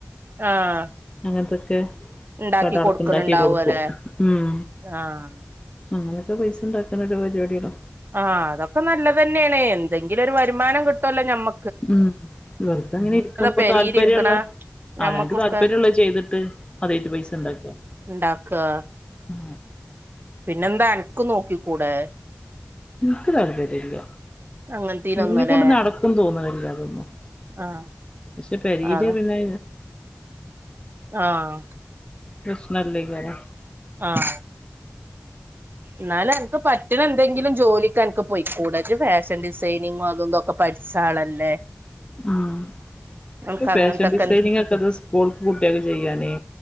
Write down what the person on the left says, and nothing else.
അങ്ങനത്തൊക്കെ
കടൾക്ക്
ഇണ്ടാക്കി കൊടുക്കും ഉം
അങ്ങനൊക്കെ പൈസ ഇണ്ടാക്കുന്ന ഓരോ പരിപാടികള
ഉം വെറുതങ്ങനെ ഇരിക്കുമ്പോ
താല്പര്യം ഉള്ളെ ആഹ്
അൻക്ക് താല്പര്യള്ള ചെയ്തിട്ട് അതേയ്റ്റ് പൈസ ഇണ്ടക്ക
ആ
ഇൻക്ക് താല്പര്യല്ല
ഇന്നെക്കൊണ്ട് നടക്കും തോന്നണില്ല അതൊന്നും
ക്ഷെ പെരില്
പിന്നെ
പ്രശ്ണല്ലേക്കാരം
ഉം
ഇപ്പൊ ഫാഷൻ
ഡിസൈനിങ് ഒക്കെ ത് സ്കൂൾക്ക് കൂട്ടിയക്ക് ചെയ്യാനേ